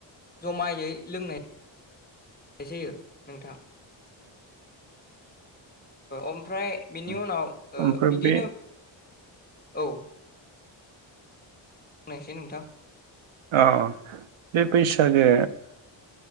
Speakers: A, on the left (about 20°); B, on the right (about 80°).
A: जमायै लोंनाय जायो नोंथां ओमफ्राय बिनि
B: उम
A: उनाव
B: ओमफ्राय
A: बिदिनो
B: बे
A: औ नायसै नोंथां
B: अ बे बैसागो